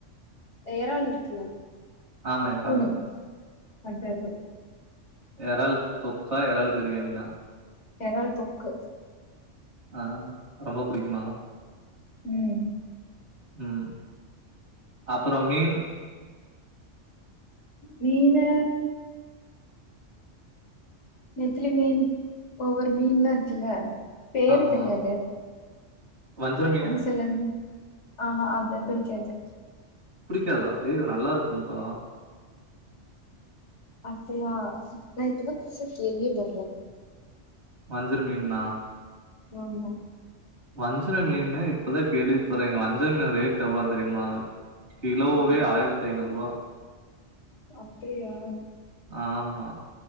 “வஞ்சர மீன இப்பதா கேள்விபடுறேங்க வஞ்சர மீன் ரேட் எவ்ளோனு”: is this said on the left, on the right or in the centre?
Right